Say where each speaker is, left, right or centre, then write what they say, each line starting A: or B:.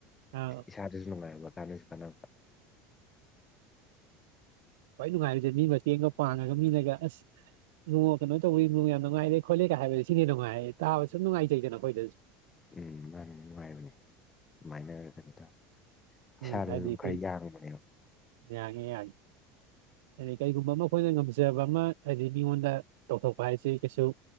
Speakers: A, on the right; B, on the left.
A: ꯑꯥ
B: ꯏꯁꯥꯗꯁꯨ ꯅꯨꯡꯉꯥꯏꯕ ꯀꯥꯟꯅꯁꯨ ꯀꯥꯅꯕ
A: ꯈ꯭ꯋꯥꯏ ꯅꯨꯡꯉꯥꯏꯔꯤꯖꯦ ꯃꯤ ꯃꯇꯦꯡꯒ ꯄꯥꯡꯉꯒ ꯃꯤꯅꯒ ꯑꯁ ꯏꯕꯨꯡꯉꯣ ꯀꯩꯅꯣ ꯇꯧꯋꯤ ꯌꯥꯝ ꯅꯨꯡꯉꯥꯏꯔꯦ ꯈꯣꯠꯂꯦꯒ ꯍꯥꯏꯕꯖꯦ ꯁꯤꯅ ꯍꯦꯟꯅ ꯅꯨꯡꯉꯥꯏꯌꯦ ꯇꯥꯕ ꯁꯨꯝ ꯅꯨꯡꯉꯥꯏꯖꯩꯗꯅ ꯑꯈꯣꯏꯗ
B: ꯎꯝ ꯃꯥꯅꯤ ꯅꯨꯡꯉꯥꯏꯕꯅꯤ ꯑꯗꯨꯃꯥꯏꯅ <unintelligible> ꯏꯁꯥꯗꯁꯨ
A: ꯎꯝ ꯍꯥꯏꯗꯤ
B: ꯑꯗꯨꯝ
A: ꯑꯩꯈꯣꯏ
B: ꯈꯔ ꯌꯥꯡꯕꯅꯦꯕ
A: ꯌꯥꯡꯉꯦ ꯌꯥꯡꯉꯦ ꯍꯥꯏꯗꯤ ꯀꯩꯒꯨꯝꯕ ꯑꯃ ꯑꯩꯈꯣꯏꯅ ꯉꯝꯖꯕ ꯑꯃ ꯍꯥꯏꯗꯤ ꯃꯤꯉꯣꯟꯗ ꯇꯧꯊꯣꯛꯄ ꯍꯥꯏꯁꯤ ꯀꯩꯁꯨ